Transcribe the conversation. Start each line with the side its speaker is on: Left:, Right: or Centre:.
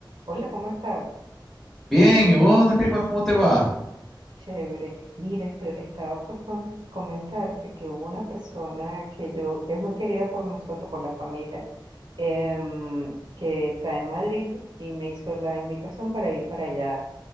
Right: Hola, ¿cómo estás?
Centre: Bien, ¿y vos, Nepigma, cómo te va?
Right: Chévere. Mira, este- estaba por com- comentarte que hubo una persona que yo, que es muy querida por nosotros, por la familia, em, que está en Madrid y me hizo la invitación para ir para allá